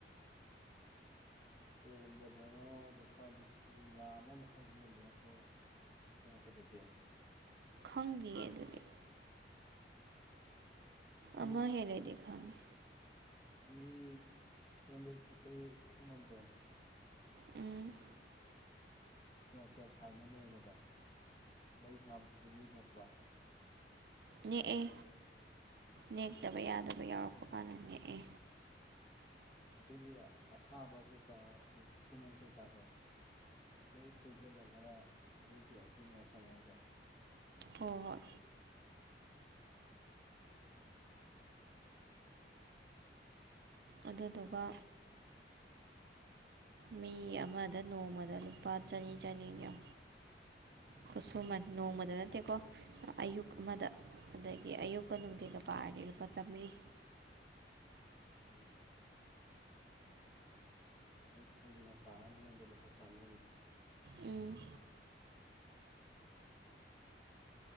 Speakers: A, on the left; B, on the right.
A: ꯇꯣꯡꯕꯗꯅ ꯂꯨꯄꯥ ꯂꯤꯁꯤꯡ ꯂꯥ ꯑꯃ ꯃꯈꯥꯏꯗ ꯍꯦꯟꯕ ꯅꯠꯇ꯭ꯔꯣ ꯑ ꯈꯨꯗꯗꯤ
B: ꯈꯪꯈꯤꯌꯦ ꯑꯗꯨꯗꯤ
A: ꯃꯤ
B: ꯑꯃ ꯍꯦꯂꯗꯤ ꯈꯥꯡꯒꯦ
A: ꯃꯤ ꯁꯤꯦꯕꯩ ꯈꯨꯄꯩ ꯀꯁꯨ ꯃꯥꯟꯇ
B: ꯎꯝ
A: ꯀꯌꯥ ꯀꯌꯥ ꯁꯥꯏꯅꯣ ꯅꯣꯡꯃꯗ ꯂꯩ ꯊꯥꯕꯗꯨꯁꯨ ꯃꯤ ꯅꯦꯄ꯭ꯔꯣ
B: ꯅꯦꯛꯑꯦ ꯅꯦꯛꯇꯕ ꯌꯥꯗꯕ ꯌꯥꯎꯔꯛꯄ ꯀꯥꯟꯗ ꯅꯦꯛꯑꯦ
A: ꯑꯗꯨꯒꯤ ꯑꯊꯥꯕ ꯀꯩꯀꯥ ꯈꯨꯠꯁꯨꯃꯟ ꯀꯩꯀꯥꯗꯣ ꯂꯣꯏ ꯄꯨꯟꯁꯤꯜꯂꯒꯔ ꯁꯦꯚꯦꯟꯇꯤ ꯑꯥꯏꯠꯇꯤ ꯃꯤꯅꯥꯠ ꯆꯪꯉꯦ ꯍꯥꯏꯁꯦ
B: ꯍꯣꯏ ꯍꯣꯏ ꯑꯗꯨꯗꯨꯒ ꯃꯤ ꯑꯃꯗ ꯅꯣꯡꯃꯗ ꯂꯨꯄꯥ ꯆꯅꯤ ꯆꯅꯤꯅꯤꯎ ꯈꯨꯠꯁꯨꯃꯟ ꯅꯣꯡꯃꯗ ꯅꯠꯇꯦꯀꯣ ꯑꯌꯨꯛ ꯑꯃꯗ ꯑꯗꯒꯤ ꯑꯌꯨꯛꯀ ꯅꯨꯡꯊꯤꯒ ꯄꯥꯔꯗꯤ ꯂꯨꯄꯥ ꯆꯥꯃꯔꯤ
A: ꯎꯝ ꯑꯩ ꯈꯨꯗꯅ ꯄꯥꯔꯃꯤ ꯌꯗ ꯂꯨꯄꯥ ꯆꯥꯝꯃꯔꯤ
B: ꯎꯝ